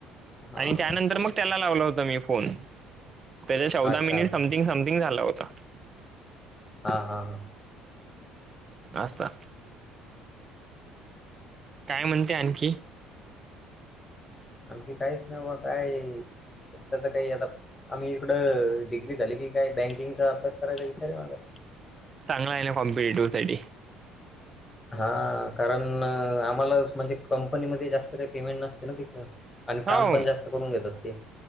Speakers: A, on the left; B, on the right.
A: हा
B: आणि त्यानंतर मग त्याला लावलं होत मी फोन त्याच्या चौदा
A: अच्छा
B: मिनीत
A: अच्छा
B: समथिंग समथिंग झाला होता.
A: हा हा हा
B: असस्ता काय म्हणते आणखी
A: आमख काहीच ना बा काय सतत तर काही आता आम्ही इकडं डिग्री झाली की काय बँकिंगचा अभ्यास करायचा विचारे माझा
B: चांग आहे ना कॉम्पटेटिव्हसाठी
A: हा कारण आम्हाला म्हणजे कंपनीमध्येध्ये जास्त काही पेमेंट नसते ना तथ आणि
B: हो
A: काम पण जास्त करून घेतात तेी